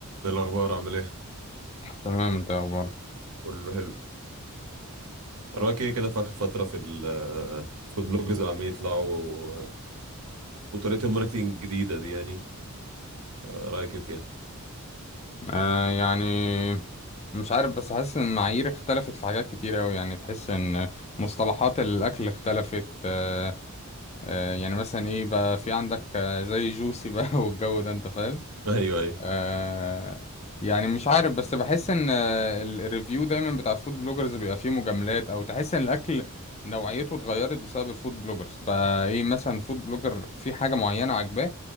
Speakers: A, on the right; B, on the left.
A: إيه الأخبار عامل إيه؟
B: تمام انت إيه اخبارك
A: كله حلو رأيك إيه كده في آخر فترة في ال في الفود بلوجرز اللي عمالين يطلعوا و- وطريقة الماركتينج الجديدة دي يعني آه، رأيك إيه فيها؟
B: آه يعني مش عارف بس حاسس ان المعايير اختلفت في حاجات كتير اوي يعني تحس ان مصطلحات الاكل اختلفت آه آه يعني مثلا ايه بقى في عندك آه، زي جوسي بقى <laughs> والجو ده انت فاهم
A: <laughs> أيوه أيوه
B: آه يعني مش عارف بس بحس ان آه، ال- الريفيو دايما بتاع الفود بلوجرز بيبقى فيه مجاملات او تحس ان الاكل نوعيته اتغيرت بسبب الفود بلوجرز بقى ايه مثلا فود بلوجر في حاجة معينة عاجباه